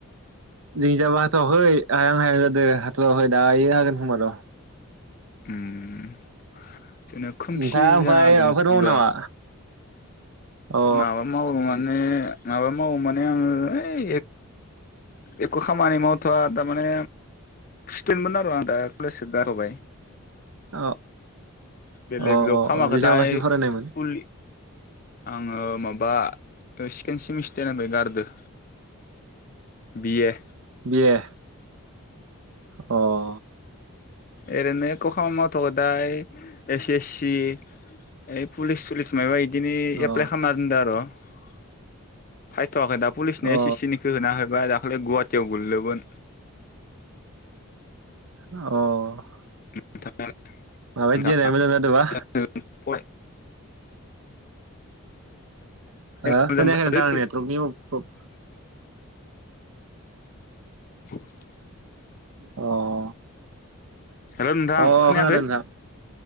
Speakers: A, on the right; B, on the left.
A: जोंनि जायबो हाथवाखै हायां हायां जादों हाथवाखै दायो हागोन खोमा र'।
B: ओम जोंना खोमसि
A: नोंथाङा ओमफ्राय
B: जाना
A: माबाफोर
B: दङो फुरा।
A: मावो नामा अ
B: माबा मावो माने माबा मावो माने आङो ओइ एख' खामानि मावथ'वा थारमाने स्टुदेन्टमोन आरो आं दा कलेजखौ गारथ'बाय।
A: अ
B: बेलेग
A: अ अ
B: जब खामाखै
A: अ बेसां
B: दाय
A: लासि फरायनायमोन?
B: फुल आङो माबा सेकेणड सेमेस्टारनिफ्राय गारदों। बि ए।
A: बि ए। अ।
B: ओरैनो एख' खामानि मावथ'याखै दायो एस एस सि ए पुलिस सुलिस मायबा इदिनो
A: अ
B: एप्लाइ खालामना दोनदो आर'' फायथ'वाखै दा पुलिसनि
A: अ
B: एस एस सि होना होबबाय दाखालि गुवाहाटियाव गोलैदोमोन
A: अ
B: <unintelligible>
A: माबायदि देनाय मोजां जादोंबा हो
B: मोजां
A: खोनायाखो
B: जादों
A: नोंथ <unintelligible>
B: <unintelligible>
A: अ
B: हेल' नोंथां
A: अ
B: खोनायाखै
A: खोनादों नोंथां